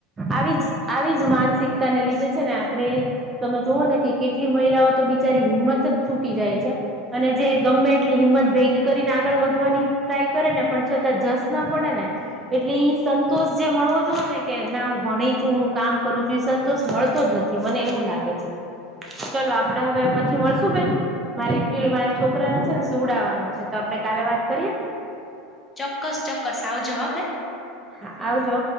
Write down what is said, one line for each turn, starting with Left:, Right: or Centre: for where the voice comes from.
Right: આવી જ આવી જ માનસિકતાને લીધે છે ને આપણેે તમે જુઓ ને કે કેટલી મહિલાઓ તો બિચારી હિંમત જ છૂટી જાય છે. અને જે ગમે એટલી હિંમત ભેગી કરીને આગળ વધવાની ટ્રાય કરે ને પણ છતાં જસ ના પડે ને એટલે ઈ સંતોષ જે મળવો જોએ ને કે ના હું ભણી છું, હું કામ કરું છું એ સંતોષ મળતો જ નથી. મને એવું લાગે છે ચલો આપડે હવે પછી મળશું બેન મારે એકચુલી મારા છોકરાને છે ને સુડાવાનો છે તો આપડે કાલે વાત કરીએ
Left: ચોક્કસ ચોક્કસ આવજો હો બેન
Right: હા આવ જો.